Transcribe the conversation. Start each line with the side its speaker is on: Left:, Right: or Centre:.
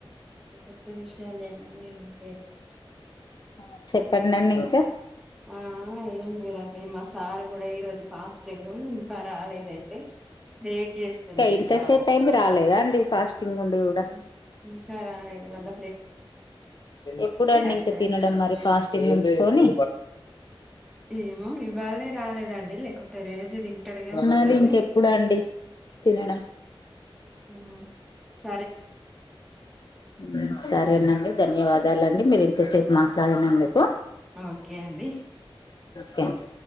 Centre: ఇగ కొత్త విషయాలేం ఎం లేవు
Left: ఆ చెప్పండండి ఇంకా
Centre: ఆహ ఏం లేదండి మాసారు కూడా ఈరోజు ఫాస్టింగు ఇంకా రాలేదయితే వెయిట్ చేస్తున్నా
Left: ఇంతసేపు
Centre: ఇంకా
Left: అయింది రాలేదా అండి ఫాస్టింగ్ ఉండి కూడా
Centre: మ్మ్ ఇంకా రాలేదు వాళ్ల
Left: ఎప్పుడంండి
Centre: అటు
Left: ఇంకా
Centre: సైడ్
Left: తినడం మరి ఫాస్టింగ్ ఉంచుకొని
Centre: ఏమో ఇవాళే రాలేదండి లేకుంటే రేజు తింటాడుగాని తొందరనే
Left: మరి ఇంకెప్పుడు అండి తినడం
Centre: మ్మ్
Left: హ్మ్ సరేనండి ధన్యవాదాలండి మీరు ఇంతసేపు మాట్లాడినందుకు
Centre: ఓకే అండి
Left: కేన్